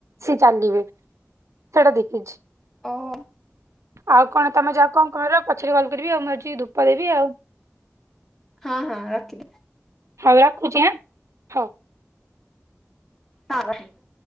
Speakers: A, on the right; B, in the centre.
A: ସେ ଚାଲିବେ। ସେଇଟା ଦେଖିଚି।
B: ଓହୋ।
A: ଆଉ କଣ ତମେ ଯା କଣ କର। ପଛରେ କଲ୍ କରିବି ଆଉ ମୁଁ ଯାଉଚି ଧୂପ ଦେବି ଆଉ।
B: ହଁ ହଁ। ରଖି
A: ହଉ ରଖୁଛି ଆଁ। ହଉ।
B: ହଁ ରଖନ୍ତୁ।